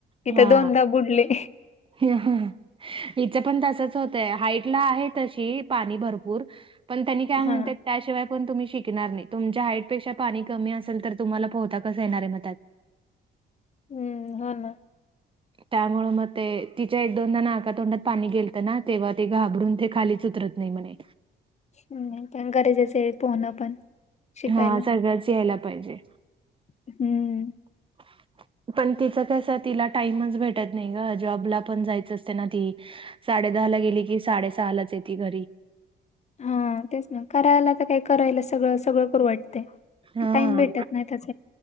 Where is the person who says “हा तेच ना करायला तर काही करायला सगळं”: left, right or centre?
Left